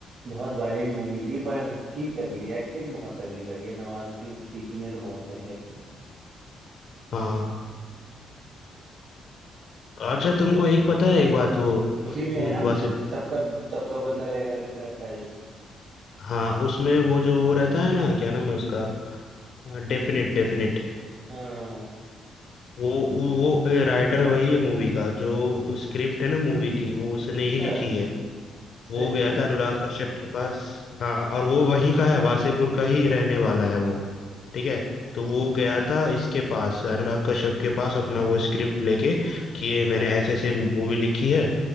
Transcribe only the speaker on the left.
हाँ अच्छा तुमको एक पता है एक बात वो
हम्म,
वासेप
हाँ उसमें वो जो वो रहता है ना क्या नाम है उसका डेफिनेट डेफिनेट
वो वो राइटर वही है मूवी का जो स्क्रिप्ट है ना मूवी की वो उसने
ही लिखी है
वो गया
था अनुराग कश्यप के पास हाँ और वो वहीं का है वासेपुर का ही रहने वाला है वो ठीक है तो वो गया था इसके पास अनुराग कश्यप के पास अपना वो स्क्रिप्ट लेके कि ये मैंने ऐसे ऐसे मूवी लिखी है